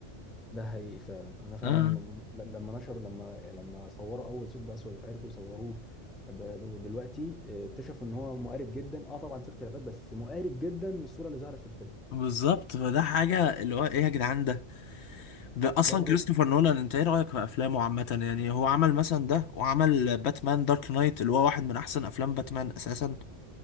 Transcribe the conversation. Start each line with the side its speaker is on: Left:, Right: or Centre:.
Centre: ده حقيقي فعلا انا فعلا
Left: اه
Centre: ل- لما نشروا لما لما صوروا اول ثقب اسود عرفوا يصوروه ب- ب- دلوقتي آه، اكتشفوا ان هو مقارب جدا اه طبعا في اختلافات بس مقارب جدا للصوره اللي ظهرت في الفيلم
Left: بالظبط فده حاجة اللي هو ايه يا جدعان ده ده اصلا
Centre: برضو
Left: كريستوفر نولان انت ايه رأيك في افلامه عامة يعني هو عمل مثلا ده وعمل باتمان دارك نايت اللي هو واحد من احسن افلام باتمان اساسا